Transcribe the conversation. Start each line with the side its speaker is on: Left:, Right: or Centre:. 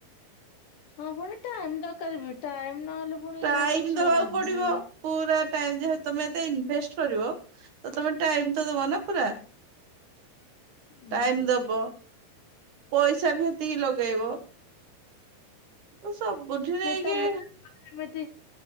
Left: ହଁ ପୁଣି ଟାଇମ୍ ଦକାରେ ବି, ଟାଇମ୍ ନହେଲେ ପୁଣି
Right: ଟାଇମ୍
Left: ଏରା କିଛି
Right: ଦବାକୁ
Left: ହବନି
Right: ପଡିବ।
Left: ଏଇ
Right: ପୁରା ଟାଇମ୍ ଯେ ତମେ ଏତେ ଇନଭେଷ୍ଟ୍ କରିବ ତ ତମେ ଟାଇମ୍ ତ ଦବ ନା ପୁରା
Left: ହୁଁ
Right: ଟାଇମ୍
Left: ହୁଁ
Right: ଦବ ପଇସା ବି ସେତିକି ଲଗେଇବ ତ ସବୁଠି ନେଇକି
Left: ନାଇ ତମ <unintelligible>